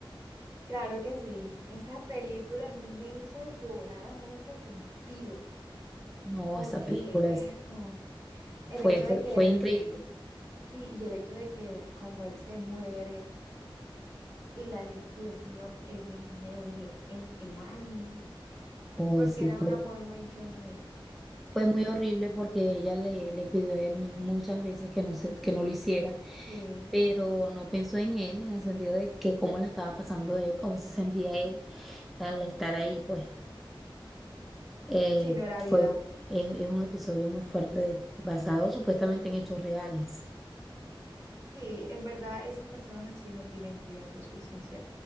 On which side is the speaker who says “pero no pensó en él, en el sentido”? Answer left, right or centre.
Centre